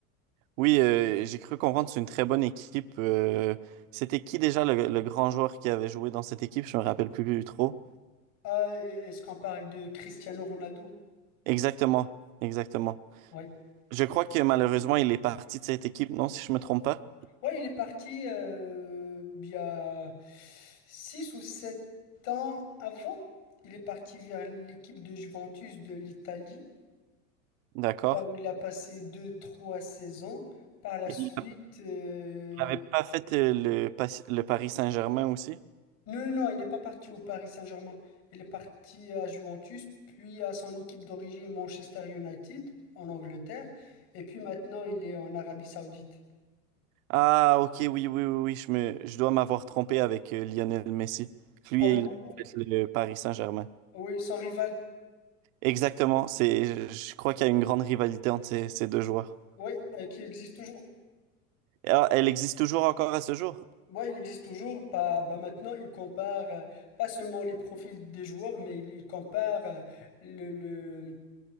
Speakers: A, on the right; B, on the left.
A: Oui, euh, j'ai cru comprendre, c'est une très bonne équipe. Euh, c'était qui déjà le, le grand joueur qui avait joué dans cette équipe? Je me rappelle plus trop.
B: Ah, et- est-ce qu'on parle de Cristiano Ronaldo?
A: Exactement, exactement.
B: Oui.
A: Je crois que malheureusement, il est parti de cette équipe, non, si je me trompe pas.
B: Ouais, il est parti euh, il y a 6 ou 7 ans avant. Il est parti vers l'équipe de Juventus de l'Italie,
A: D'accord.
B: là où il a passé deux trois saisons. Par la
A: Et
B: suite,
A: il
B: euh,
A: n'avait pas fait euh, le, pas- le Paris Saint-Germain aussi?
B: non, non, non, il n'est pas parti au Paris Saint-Germain. Il est parti à Juventus, puis à son équipe d'origine Manchester United en Angleterre. Et puis maintenant, il est en Arabie Saoudite.
A: Ah, ok, oui, oui, oui, oui, je me, je dois m'avoir trompé avec euh, Lionel Messi. Lui,
B: Ah oui,
A: il
B: oui,
A: a
B: oui,
A: fait le Paris Saint-Germain.
B: oui, son rival,
A: Exactement, c'est, je, je crois qu'il y a une grande rivalité entre ces ces deux joueurs.
B: oui, bah, qui existe toujours.
A: Ah, elle existe toujours encore à ce jour?
B: Ouais, il existe toujours. Pas, bah maintenant, il compare euh, pas seulement les profils des joueurs, mais il, il compare euh, le, le-